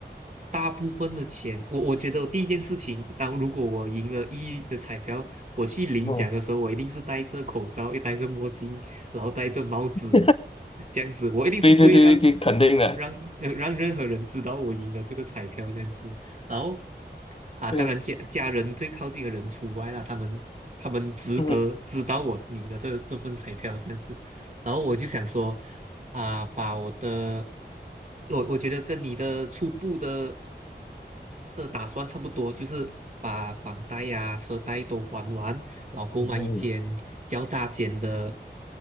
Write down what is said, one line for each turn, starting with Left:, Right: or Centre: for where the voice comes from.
Right: 大部分的钱，我我觉得我第一件事情，当如果我赢了一亿的彩票，我去领奖的时候，
Left: 嗯。
Right: 我一定是戴着口罩，又戴着墨镜，然后戴着帽子，
Left: <laughs>
Right: 这样子，我一定是不会让
Left: 对对对对对，肯定的，
Right: 让呃让任何人知道我赢了这个彩票这样子。然后啊，
Left: 对，
Right: 当然家家人最靠近的人除外啦，他们他们值得知道我赢了这这份彩票这样子。
Left: 嗯
Right: 然后我就想说。啊，把我的，我我觉得跟你的初步的的打算差不多，就是把房贷呀、车贷都还完，然后购买一间较大间的
Left: 嗯